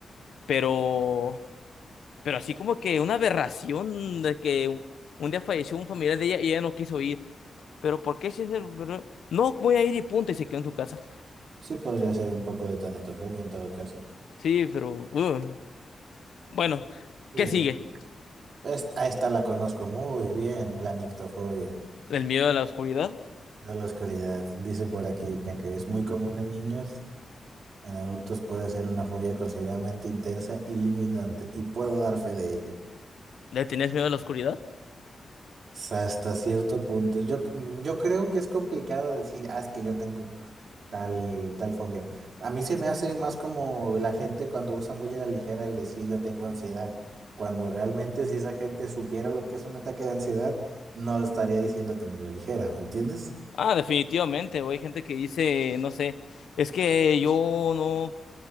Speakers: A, on the left; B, on the right.
A: pero, pero así como que una aberración de que un un día falleció un familiar de ella y ella no quiso ir, pero ¿por qué si es el- pero- No, voy a ir y punto, y se quedó en su casa.
B: Sí podría ser un poco de tanatofobia en todo caso.
A: Sí, pero, uh, bueno,
B: Muy
A: ¿qué
B: bien.
A: sigue?
B: Esta, esta la conozco muy bien, la nictofobia.
A: ¿El miedo a la oscuridad?
B: Miedo a la oscuridad. Dice por aquí que aunque es muy común en niños, en adultos puede ser una fobia considerablemente intensa y limitante, y puedo dar fe de ello.
A: ¿Le tenías miedo a la oscuridad?
B: S- Hasta cierto punto. Yo, c- yo creo que es complicado decir, ah, es que yo tengo tal, tal fobia. A mí se me hace más como la gente cuando usa muy a la ligera el decir yo tengo ansiedad, cuando realmente si esa gente supiera lo que es un ataque de ansiedad, no lo estaría diciendo tan a la ligera, ¿me entiendes?
A: Ah, definitivamente, güey. Hay gente que dice, no sé, es que yo no,